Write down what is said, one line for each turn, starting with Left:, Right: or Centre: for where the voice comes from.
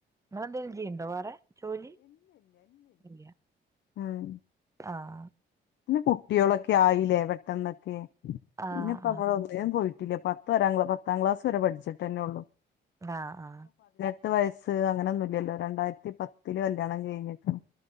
Right: ങ്ങള് എന്തേലും ചെയ്ണ്ടോ വേറെ ജോലി ഇല്ല്യാ
Left: ആഹ്
Right: ആ
Left: പിന്നെ കുട്ട്യോളൊക്കെ ആയില്ലേ പെട്ടെന്നൊക്കെ
Right: ആഹ്
Left: പിന്നപ്പ അമ്മള് ഒന്നിന്നും പോയിട്ട് ഇല്ല പത്തു വരെ ങ്ങള് പത്താം ക്ലാസ് വരെ പഠിച്ചിട്ടന്നെ ഒള്ളു.
Right: ആ ആ
Left: പത്ത് വയസ്സ് അങ്ങനൊന്നുല്ലല്ലോ രണ്ടായിരത്തി പത്തില് കല്യാണം കഴിഞ്ഞിക്ക്‌ണ്